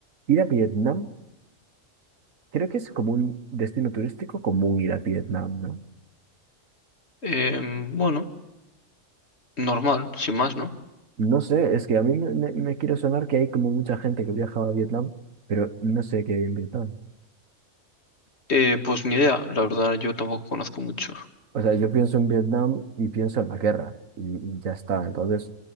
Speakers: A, on the right; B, on the left.
A: ir a Vietnam. Creo que es como un destino turístico común ir a Vietnam, ¿no?
B: Em, bueno, normal, sin más, ¿no?
A: No sé, es que a mí me, me- me quiere sonar que hay como mucha gente que viajaba a Vietnam, pero no sé qué hay en Vietnam.
B: Eh, pues ni idea, la verdad yo tampoco conozco mucho.
A: O sea, yo pienso en Vietnam y pienso en la guerra y, y ya está. Entonces,